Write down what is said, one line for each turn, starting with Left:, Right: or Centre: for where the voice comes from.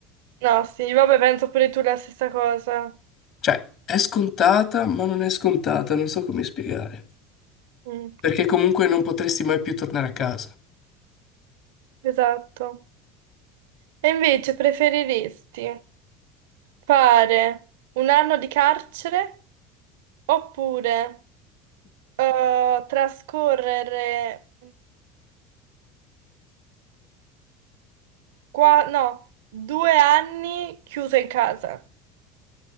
Right: No, sì, vabbè, penso pure tu la stessa cosa.
Left: Cioè, è scontata, ma non è scontata, non so come spiegare.
Right: Mm,
Left: perché comunque non potresti mai più tornare a casa.
Right: esatto. E invece preferiresti fare un anno di carcere oppure... eh, trascorrere qua, no, due anni chiuso in casa.